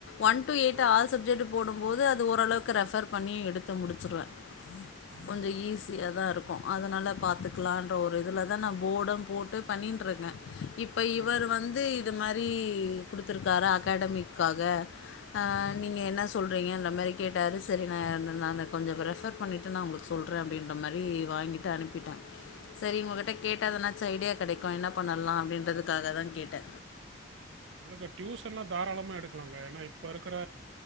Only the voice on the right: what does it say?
ஓ
ஆமாம்
ஆமாம்
ம்.
ம்.
ஓ!
இல்லக்கா டியூஷன்லா தாராளமா எடுக்கலாங்க ஏனா இப்ப இருக்குற